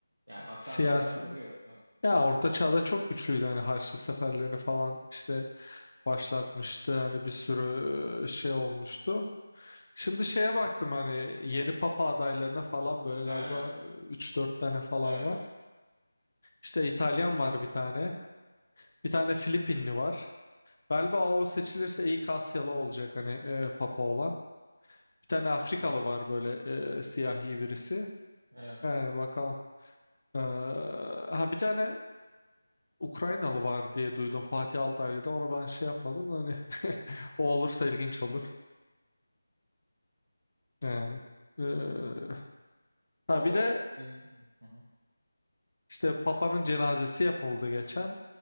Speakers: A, on the right (about 80°); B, on the left (about 50°).
A: yani akan
B: siyasi
A: sular duruyor. Evet.
B: Ya Orta Çağ'da çok güçlüydü hani Haçlı seferlerini
A: Hı
B: falan
A: hı.
B: işte başlatmıştı hani bir sürü e, şey olmuştu. Şimdi şeye baktım
A: Evet.
B: hani yeni
A: Hı hı.
B: papa adaylarına falan böyle
A: Ha,
B: galiba üç dört tane falan
A: evet.
B: var. İşte İtalyan
A: Kahpahalarları.
B: var bir tane. Bir tane Filipinli
A: Hı hı.
B: var. Galiba o seçilirse ilk Asyalı olacak hani e, papa olan. Bir tane Afrikalı
A: Evet.
B: var böyle e, siyahi birisi.
A: Evet.
B: Yani bakalım. Ee, ha bir tane Ukraynalı var diye duydum Fatih Altaylı'da. Onu ben şey yapmadım da hani <laughs> o olursa ilginç olur. Yani. Ee, ha
A: O
B: bir de
A: e, hı hı.
B: işte Papa'nın cenazesi yapıldı geçen